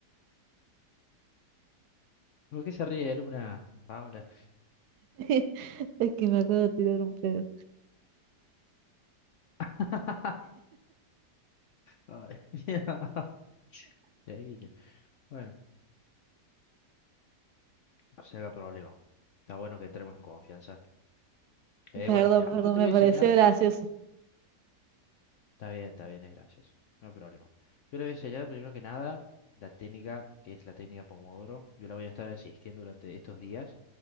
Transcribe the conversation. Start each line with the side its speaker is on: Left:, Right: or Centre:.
Left: ¿Por qué se ríe Luna, Paola?
Right: <laughs> Es que me acabo de tirar un pedo.
Left: <laughs> Ay, <laughs> Increíble. Bueno, no se haga problema. Está bueno que entremos en confianza. Eh,
Right: Perdón,
Left: bueno, mira,
Right: perdón,
Left: yo te
Right: me
Left: voy a
Right: pareció
Left: enseñar.
Right: gracioso.
Left: Está bien, está bien, es gracioso. No hay problema. Yo le voy a enseñar primero que nada la técnica, que es la técnica Pomodoro. Yo la voy a estar asistiendo durante estos días.